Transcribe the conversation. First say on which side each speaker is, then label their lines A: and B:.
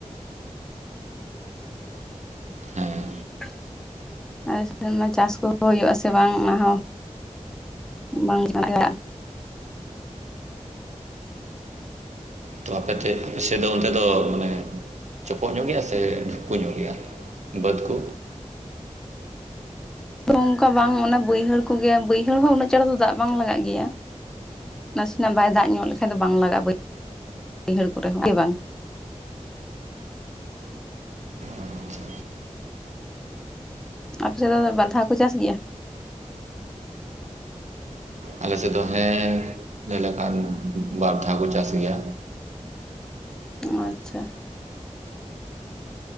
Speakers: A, in the centre; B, on the right (about 70°).
A: <unintelligible>
B: ᱦᱮᱸ
A: ᱟᱞᱮ ᱥᱮᱱ ᱢᱟ ᱪᱟᱥ ᱠᱚᱦᱚᱸ ᱦᱩᱭᱩᱜᱼᱟ ᱥᱮ ᱵᱟᱝ ᱚᱱᱟ ᱦᱚᱸ ᱵᱟᱝ <inaudible>
B: ᱛᱚ ᱟᱯᱮ ᱛᱷᱮᱡ ᱟᱯᱮ ᱥᱮᱡ ᱫᱚ ᱚᱱᱛᱮ ᱫᱚ ᱢᱟᱱᱮ ᱪᱚᱯᱚᱜ ᱧᱚᱜ ᱜᱮᱭᱟ ᱥᱮ ᱰᱷᱩᱯᱠᱚ ᱧᱚᱜ ᱜᱮᱭᱟ? ᱵᱟᱹᱫᱽ ᱠᱩ
A: ᱛᱚ ᱚᱝᱠᱟ ᱵᱟᱝ ᱚᱱᱮ ᱵᱟᱹᱭᱦᱟᱹᱲ ᱠᱚᱜᱮ ᱵᱟᱹᱭᱦᱟᱹᱲ ᱦᱚᱸ ᱩᱱᱟᱹᱜ ᱪᱟᱸᱲ ᱫᱚ ᱫᱟᱜ ᱵᱟᱝ ᱞᱟᱜᱟᱜ ᱜᱮᱭᱟ᱾ ᱱᱟᱥᱮᱱᱟᱜ ᱵᱟᱭ ᱫᱟᱜ ᱧᱚᱜ ᱞᱮᱠᱷᱟᱡ ᱫᱚ ᱵᱟᱝ ᱞᱟᱜᱟᱜᱼᱟ ᱵᱟᱹᱭ ᱵᱟᱹᱭᱦᱟᱹᱲ ᱠᱚᱨᱮ ᱦᱚᱸ ᱜᱮ ᱵᱟᱝ᱾
B: ᱟᱪᱪᱷᱟ
A: ᱟᱯᱮ ᱥᱮᱡ ᱫᱚ ᱫᱟ ᱵᱟᱨ ᱫᱷᱟᱣ ᱠᱚ ᱪᱟᱥ ᱜᱮᱭᱟ?
B: ᱟᱞᱮᱥᱮᱫ ᱫᱚ ᱦᱮᱸ ᱞᱟᱹᱭ ᱞᱮᱠᱷᱟᱱ ᱵᱟᱨ ᱫᱷᱟᱣ ᱠᱚ ᱪᱟᱥ ᱜᱮᱭᱟ᱾
A: ᱚᱸ ᱟᱪᱪᱷᱟ᱾